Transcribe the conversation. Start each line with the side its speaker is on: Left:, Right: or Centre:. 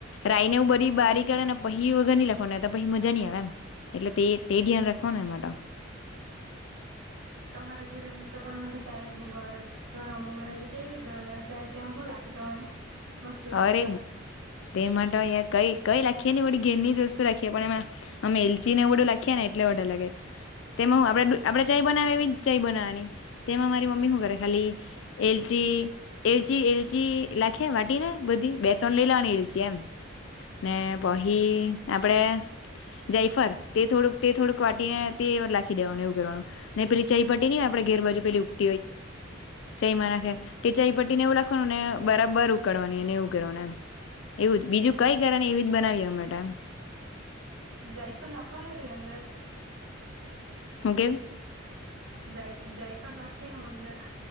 Left: રાઈનેવું બધી બારી કળે ને પહી વગર લખવાનું પછી મજા નહી આવે એમ એટલે તે તે ધ્યાન રાખવાનું એમાં તો
Right: તમારા ઘરે ની તો પણ મને ચાય જ બુબ આવે તમારી મમ્મી બને કેવી રીતને બનાવે ચાય તેમાં હું લાગ તમે મસ્ત લાગે
Left: અરે
Right: તો
Left: તે માટે કઈ કઈ લાગ રાખી ને વળી ની જ વસ્તુ રાખીએ પણ એમાં અમે એલચી નેવ બધું નાખીએ ને એટલે ઓડર લાગે તેમાં હું આપડે આપડે જ ચાઇ બનાવાની તેમાં મારી મમ્મી શું કરે ખાલી એલચી એલચી લખે વાટી ને બધી બે ત્રણ લઈ લવાની એલચી એમ ને પહી આપ આપડે જાયફર તે થોડુંક તે થોડુંક વાટીને તે નાખી દેવાનું એવું કરવાનું નઈ પેલી ચાય પટટીને આપણા ઘેર બાજુેું ચયમાં નાખે તે ચાય પટ્ટી ને એવું રાખવાનું ને બરાબર ઉકળવાનું એવું કરવા એમ એવું જ બીજું કઈ કરવા એવી જ બનાવીએ અમે તો એમ
Right: જયફલ લખવાનું રે અંદર
Left: હું કેછ
Right: જય જયફર લખે હું અંદર